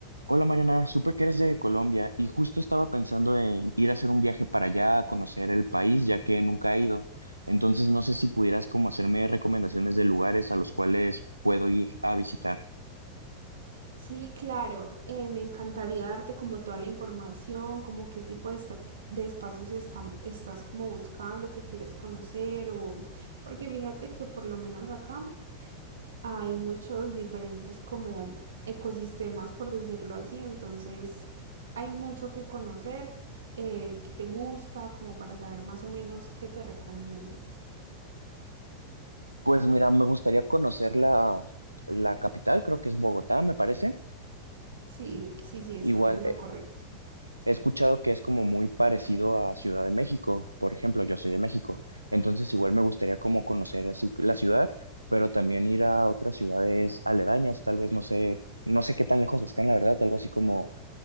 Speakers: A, on the right; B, on the right.
A: Hola Mariana, supe que eres de Colombia y justo estaba pensando en ir a hacer un viaje para allá a conocer el país, ya que nunca he ido. Entonces no sé si pudieras como hacerme recomendaciones de lugares a los cuales puedo ir a visitar.
B: Sí, claro, eh, me encantaría darte como toda la información, como qué tipo de, esta- de espacios están, estás como buscando, que quieres conocer o... Porque fíjate que por lo menos acá hay muchos diferentes como ecosistemas, por decirlo así, entonces hay mucho que conocer, eh, que te gusta, como para saber más o menos qué te recomiendo.
A: Pues mira, me gustaría conocer la, la capital, creo que es Bogotá, me parece.
B: Sí, sí, sí, estás
A: Igual,
B: en lo
A: eh,
B: correcto.
A: He escuchado que es como muy parecido a Ciudad de México, por ejemplo, yo soy de México, entonces igual me gustaría como conocer así la ciudad, pero también ir a otras ciudades aledañas, tal vez no sé, no sé qué tan lejos estén, la verdad, algo así como